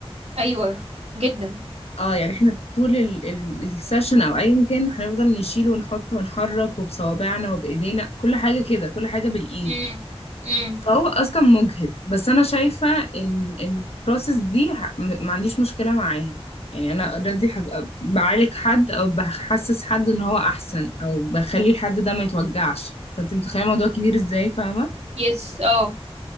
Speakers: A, on the right (about 80°); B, on the left (about 70°).
A: ايوه جدا
B: اه يعني احنا طول ال- ال- السيشن او ايا كان هنفضل نشيل ونحط ونحرك وبصوابعنا وبايدينا كل حاجه كده كل حاجه بالايد
A: امم امم
B: فهو اصلا مجهد بس انا شايفه البروسيس دي ه- م- ما عنديش مشكله معاها يعني انا اوريدي هبقى بعالج حد او بحسس حد ان هو احسن او بخلي الحد ده ما يتوجعش فانت متخيله الموضوع كبير ازاي فاهمه
A: يس اه